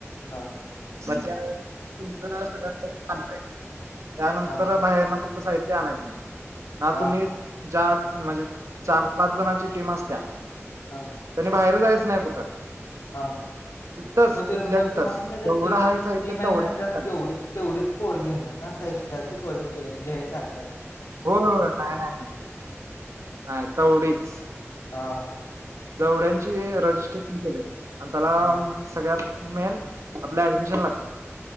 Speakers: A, on the left (about 80°); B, on the right (about 75°).
A: हा
B: सध्या तुमच <inaudible> सगळ्यात <inaudible> आलं पाहिजे त्यानंतर
A: हां,
B: बाहेरनं कुठलं साहित्य आणायचं,,, ना
A: हां,
B: तुम्ही
A: हां,
B: चार, म्हणजे चार पाच जणांची टीम असत्या.
A: हां.
B: त्यांनी बाहेरच जायच नाही कुठं.
A: हा,
B: तिथंच
A: मग ते
B: तिथल्या
A: मग
B: तिथंच
A: तुमास्नी तर
B: तेवढा
A: टीम
B: हायच
A: टीम
B: आहे ते तेवढ्या
A: आय मम्हणाल्यावर जेवढं तेवढीच पोरं घेणार ना, का एक्स्ट्राचे पोरं घ्याय चालत्यात?
B: होय होय नाही नाही, नाही नाही तेवढीच.
A: हा हा.
B: जेवढ्यांची रजिस्ट्रेशन केलंय, आणि त्याला
A: हां,
B: सगळ्यात मेन, आपलं ऍडमिशन लागतंय